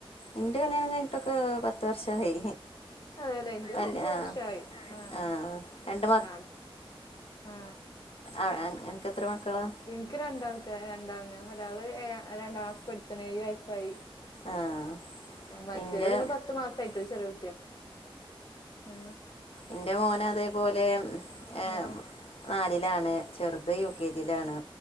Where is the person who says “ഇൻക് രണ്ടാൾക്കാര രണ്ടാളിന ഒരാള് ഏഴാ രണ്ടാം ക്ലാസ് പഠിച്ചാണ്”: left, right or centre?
Left